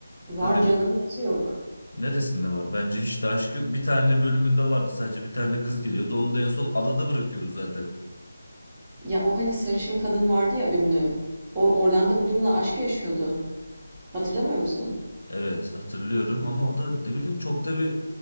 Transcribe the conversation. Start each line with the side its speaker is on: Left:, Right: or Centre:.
Right: Var
Left: Hadi
Right: canım nasıl yok?
Left: Neresinde var? Bence hiç de aşk yok. Bir tane bölümünde vardı sadece bir tane kız geliyordu. Onu da en son adada bırakıyordu zaten.
Right: Ya o hani sarışın kadın vardı ya ünlü. O Orlando Bloom'la aşk yaşıyordu. Hatırlamıyor musun?
Left: Evet hatırlıyorum ama o da ne bileyim çok da bir...